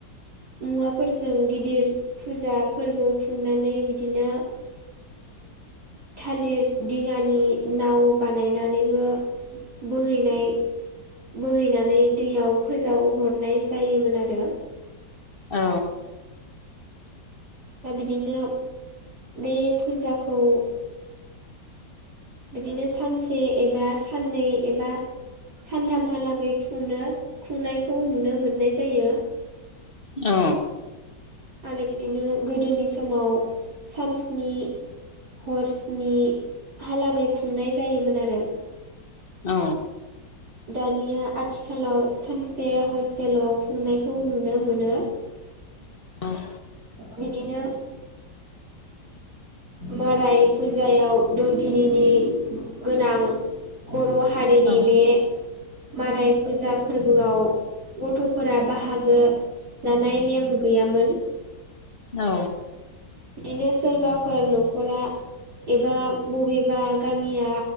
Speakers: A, on the right; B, on the left.
A: मुवाफोरजों गिदिर फुजा फोरबो खुंनानै बिदिनो थालिर दिङानि नाव बानायनानैबो बोहैनाय बोहैनानै दैयाव फोजाव हरनाय जायोमोन आरो।
B: औ।
A: दा बिदिनो बे फुजाखौ बिदिनो सानसे एबा साननै एबा सानथामहालागै खुंनो खुंनायखौ नुनो मोननाय जायो।
B: औ।
A: आरो बिदिनो गोदोनि समाव सानस्नि हरस्नि हालागै खुंनाय जायोमोन आरो।
B: औ।
A: दानिया आथिखालाव सानसे हरसेल' खुंनायखौ नुनो मोनो।
B: औ।
A: बिदिनो माराय फुजायाव दौदिनिनि गोनां। बर' हारिनि
B: औ
A: बे माराय फुजा फोरबोआव गथ'फोरा बाहागो लानाय नेम गैयामोन।
B: औ।
A: बिदिनो सोरबाफोर न'खरा एबा बबेबा गामिया